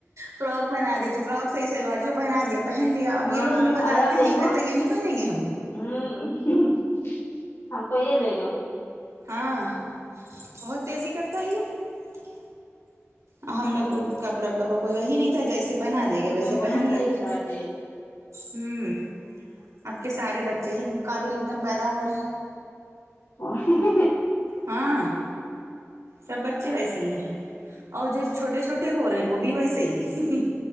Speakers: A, on the right (about 85°); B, on the left (about 85°).
A: فرک پہنا دی تو فرک صحیح سلوار جو پہنا دی پہن لیا اب
B: ہاں
A: یہ لو ہمیں بتاتے
B: اور اب دیکھو
A: ہیں کہ تک یہ نہیں پہنیں گے ہم
B: ہوں ہم کوئیے لے جاؤ
A: ہاں بہت تیزی کرتا ہے یہ اور ہم لوگ کپڑے وپڑوں کا کوئی وہی نہیں تھا جیسے پہنا دیے
B: وہ
A: گا ویسے
B: تو ہونا
A: پہن
B: چاہیے
A: لیے گا
B: تھوڑا تیل
A: ہوں اب کے سارے بچے ہی قابل ایک دم پیدا ہو رہے ہیں
B: اور ہی۔ ہی۔ ہی
A: ہاں سب بچے ویسے ہی ہیں اور جو چھوٹے چھوٹے ہو رہے ہیں وہ بھی ویسے ہی ہنں ہنں